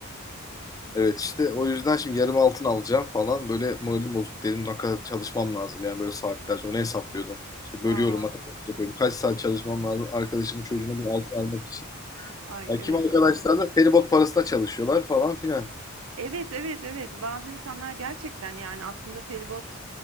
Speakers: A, on the left; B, on the right.
A: evet işte o yüzden şimdi yarım altın alacağım falan böyle moralim bozuk dedim ne kadar çalışmam lazım yani böyle saatlerce onu hesaplıyordum İşte bölüyorum
B: Aa,
A: matematik yapıyorum kaç saat çalışmam lazım arkadaşımın çocuğuna bir altın almak için
B: ay
A: ya
B: evet.
A: kim arkadaşlar da feribot parasına çalışıyorlar falan filan
B: Evet, evet, evet. Bazı insanlar gerçekten yani aslında feribot